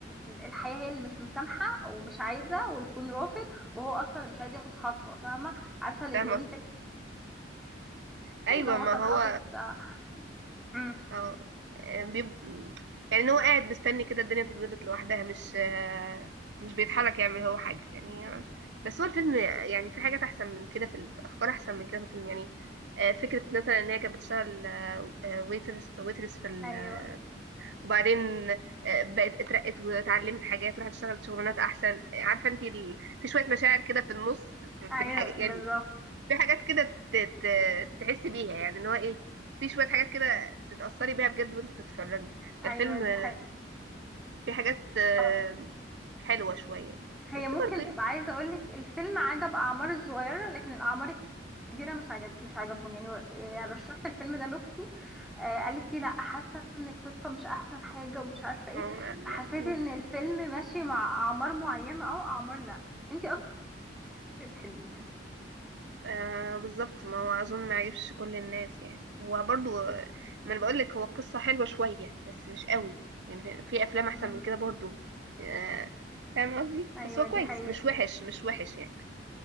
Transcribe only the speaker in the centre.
ال- الحياه هي اللي مش مسامحه ومش عايزه والكون رافض وهو اصلا مش عايز ياخد خطوه فاهمه عارفه اللي
ضايقني
فيه
ان هو
كان
حاطط آه، امم
ايوه
ايوه
بالظبط
ايوه دي
حقيقة
اه
هي
ممكن
عايزة اقولك الفيلم عجب اعمار الصغيرة لكن الاعمار الكبيرة مش عجب مش عجبهم يعني آه، يعني رشحت الفيلم ده لاختي آه، قالت لي لا حاسة ان القصة مش احسن حاجة ومش عارفة ايه
فحسيت ان الفيلم ماشي مع اعمار معينة او اعمار لا انتي اصلا اللي بتحبيها
امم
ايوه
دي حقيقة